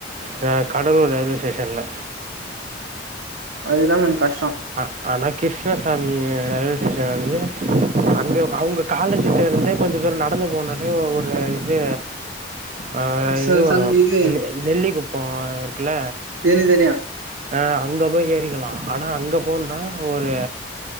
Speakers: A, on the right; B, on the right.
A: த கடலூர் ரயில்வே ஸ்டேஷன்ல
B: அதுதா கொஞ்ச கஷ்டோ
A: அ ஆனா கிருஷ்ணசாமி ரயில்வே ஸ்டேஷன் வந்து அங்கே அவுங்க காலேஜிட்டே இருந்தே கொஞ்ச தூர நடந்து போனாலே ஒ ஒரு இது அ
B: ச
A: இது வரு
B: சன் இது
A: நெ நெல்லி குப்போ இருக்குல
B: எனக்கு தெரியு
A: ஆ அங்க போய் ஏறிக்கிலா ஆனா அங்க போன்னா ஒரு